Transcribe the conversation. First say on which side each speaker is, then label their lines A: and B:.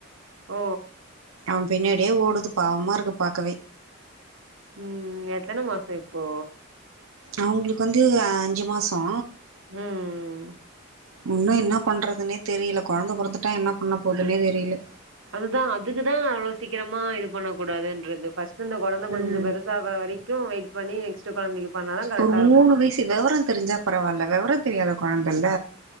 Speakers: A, on the right (about 65°); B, on the right (about 80°).
A: ஓ
B: அவன் பின்னாடியே ஓடுது பாவமா இருக்கு பாக்க
A: ம் எத்தன மாச இப்போ
B: அவுங்களுக்கு வந்து அஞ்சு மாசோ
A: ம்
B: ஒன்னு என்ன பண்றதுன்னே தெரியல குழந்த பொறத்துட்டா என்ன பண்ண போதுன்னே தெரியல
A: அதுதா அதுக்குதா அவ்வளோ சீக்கிரமா இது பண்ணக் கூடாதுன்றது ஃபர்ஸ்ட்டு இந்த குழந்த கொஞ்சோ
B: ம்
A: பெரு சாகுற வரைக்கு வெயிட் பண்ணி நெக்ஸ்ட் கொழந்தைக்கு பண்ணாதா கரெக்டா
B: ஒரு மூணு
A: இருக்கு
B: வயசு வெவர தெரிஞ்சா பரவாயில்ல வெவரம் தெரியாத குழந்தல்ல